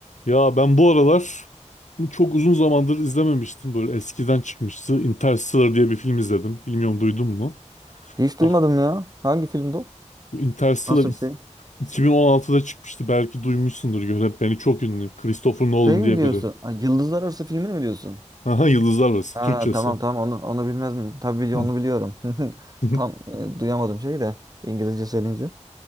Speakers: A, on the left; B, on the right.
A: Ya ben bu aralar çok uzun zamandır izlememiştim. Böyle eskiden çıkmıştı. Interstellar diye bir film izledim. Bilmiyorum duydun mu?
B: Hiç duymadım
A: Ah
B: ya. Hangi film bu?
A: bu Interstellar
B: Nasıl
A: ik-
B: bir şey?
A: 2016'da çıkmıştı. Belki duymuşsundur. Yönetmeni çok ünlü. Christopher Nolan
B: Şey mi
A: diye
B: diyorsun?
A: biri.
B: Ha, Yıldızlar Arası filmini mi diyorsun?
A: Aha, Yıldızlar Arası.
B: Ha
A: Türkçesi.
B: tamam tamam onu onu bilmez mi? Tabii bili-
A: Hı.
B: onu biliyorum. <laughs>
A: <laughs>
B: Tam e, duyamadım şeyi de İngilizce söyleyince.